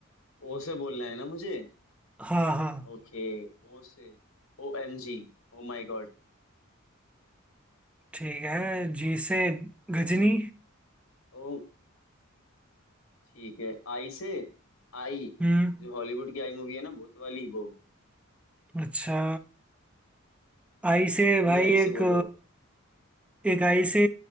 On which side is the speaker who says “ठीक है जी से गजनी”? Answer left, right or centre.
Centre